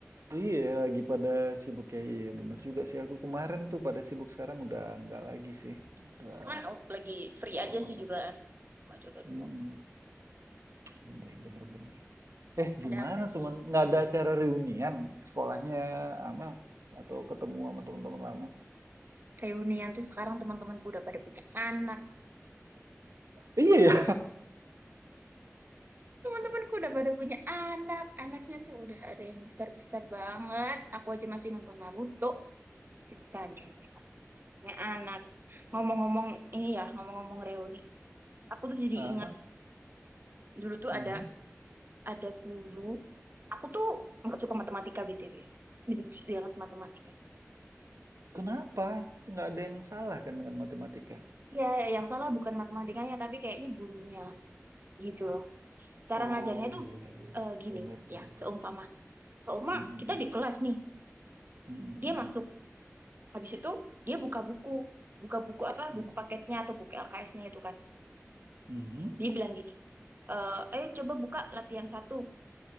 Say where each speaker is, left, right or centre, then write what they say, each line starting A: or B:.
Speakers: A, on the right; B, on the right.
A: iya. Lagi pada sibuk ya. Iya, bener juga sih. Aku kemarin tuh pada sibuk. Sekarang udah nggak lagi sih. Udah
B: Cuman aku lagi free
A: jadwal
B: aja
A: kosong.
B: sih juga kan. Cuma jaga doang.
A: Mm-mm. Bener, bener, bener. Eh,
B: Ada
A: gimana
B: apa nih?
A: teman? Nggak ada acara reunian sekolahnya Amel? Atau ketemu sama teman-teman lama?
B: Reunian tuh sekarang teman-temanku udah pada punya anak.
A: Iya ya?
B: Teman-temanku udah pada punya anak. Anaknya tuh udah ada yang besar-besar banget. Aku aja masih nonton Naruto. Sisanya mereka punya anak. Ngomong-ngomong ini ya, ngomong-ngomong reuni. Aku tuh jadi
A: <laughs> Aha.
B: inget dulu tuh
A: Mhm.
B: ada ada guru aku tuh nggak suka matematika BTW benci banget matematika
A: Kenapa? Nggak ada yang salah kan dengan matematika?
B: ya yang salah bukan matematikanya tapi kayaknya gurunya gitu loh cara
A: Oh,
B: ngajarnya
A: iya
B: tuh
A: iya.
B: eh, gini
A: benar benar.
B: ya
A: bener.
B: seumpama seumpama
A: Mhm
B: kita di kelas nih
A: mhm. Mhm
B: dia masuk habis itu dia buka buku buka buku
A: mhm
B: apa buku
A: mhm.
B: paketnya atau buku LKS-nya itu kan
A: Mhm.
B: dia bilang gini eh ayo coba buka latihan satu